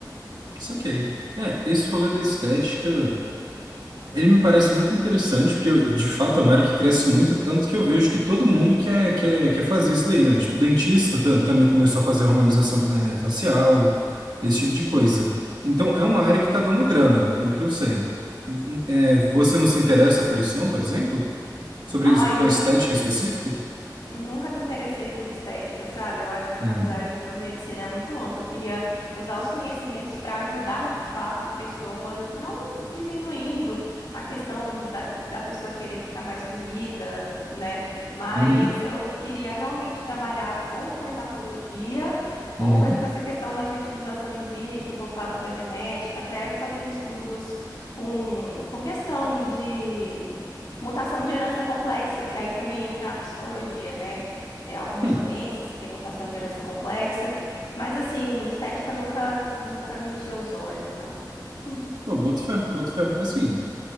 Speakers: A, on the right; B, on the left.
A: Saquei. É, esse rolê da estética. Ele me parece muito interessante, porque eu- de fato é uma área que cresce muito, tanto que eu vejo que todo mundo quer, quer, quer fazer isso daí, né? Tipo, o dentista tam- também começou a fazer harmonização eh, facial, esse tipo de
B: Sim.
A: coisa. Então, é uma área que está dando grana, pelo que eu sei. Eh, você não se interessa por isso, não, por exemplo? Sobre
B: Ah,
A: isso, com
B: eu
A: a
B: não,
A: estética em específico?
B: Nunca me interessei por estética, sabe? Eu acho que a
A: Hum.
B: faculdade de biomedicina é muito ampla. Eu queria usar os conhecimentos para ajudar de fato pessoas, não diminuindo a questão da, da pessoa querer ficar mais bonita, né? Mas
A: Uhum.
B: eu queria realmente trabalhar ou com hematologia ou
A: Uhum.
B: é com essa questão da fertilização in vitro, voltado para genética, até fazer estudos com, com questão de. Mutação de herança complexa, que aí também entra a psicologia, né? É, algumas
A: Hum.
B: doenças que têm mutação de herança complexa, mas assim, estética nunca, nunca me encheu os olhos, não. <laughs>
A: Pô, boto fé, boto fé. Assim.